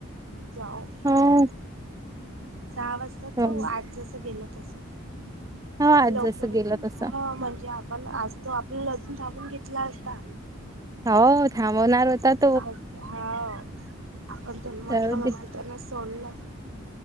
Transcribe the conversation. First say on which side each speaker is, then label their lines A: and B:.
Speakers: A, on the right (about 70°); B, on the right (about 15°).
A: जाऊ हं
B: हो
A: सहा वाजताच
B: हो
A: जाऊ आज जस गेलं तसं
B: आज
A: लवकर
B: जसं गेलं
A: जाऊ
B: तसं
A: हा म्हणजे आपण आज त आपल्याला अजून थांबून घेतला असता.
B: हो थांबवणार होतात
A: हा आपण त्यानां म्हटलं
B: जाऊ
A: म्हणून
B: दे
A: त्यांनी सोडलं.